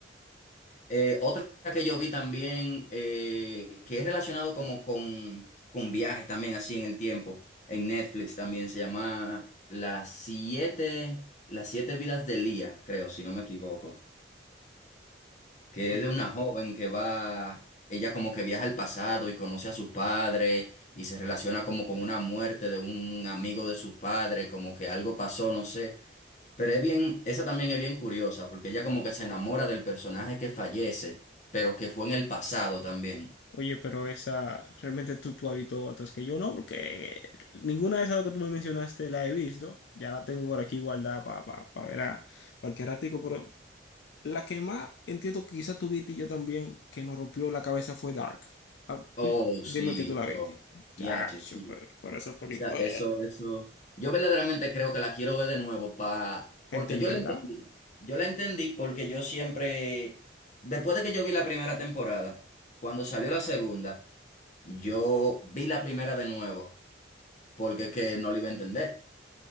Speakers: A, on the left; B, on the left.
A: Eh, otra que yo vi también, eh, que es relacionado como con, con viajes también, así en el tiempo, en Netflix también, se llama Las siete, Las siete vidas de Lía, creo, si no me equivoco, que
B: Oye,
A: es de una joven que va, ella como que viaja al pasado y conoce a sus padres y se relaciona como con una muerte de un amigo de sus padres, como que algo pasó, no sé. Pero es bien, esa también es bien curiosa, porque ella como que se enamora del personaje que fallece, pero que fue en el pasado también.
B: oye, pero esa realmente tú, tú habitó otras que yo no, porque ninguna de esas que tú me mencionaste la he visto. Ya la tengo por aquí guardada para pa, pa pa ver a cualquier ratico, pero la que más entiendo que quizás tú viste y yo también, que nos rompió la cabeza fue Dark. Ah,
A: Oh,
B: pi-
A: sí,
B: Dime que tú la viste.
A: oh, diache,
B: Chacho,
A: sí.
B: pero por esa película.
A: Esa- eso, eso. Yo verdaderamente creo que la quiero ver de nuevo, pa, porque
B: ¿Entenderá?
A: yo la entendí. Yo la entendí porque yo siempre, después de que yo vi la primera temporada, cuando salió la segunda, yo vi la primera de nuevo, porque es que no la iba a entender.